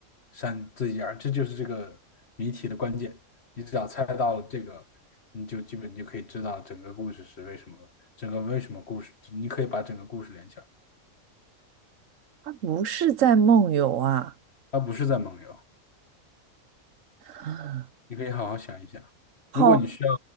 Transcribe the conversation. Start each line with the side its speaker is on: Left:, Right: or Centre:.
Left: 扇自己一耳？这就是这个谜题的关键。你只要猜到了这个，你就基本你就可以知道整个故事是为什么，整个为什么故事，你可以把整个故事连起来。
Right: 他不是在梦游啊。
Left: 他不是在蒙游，
Right: 啊
Left: 你可以好好想一想。
Right: 好，
Left: 如果你需要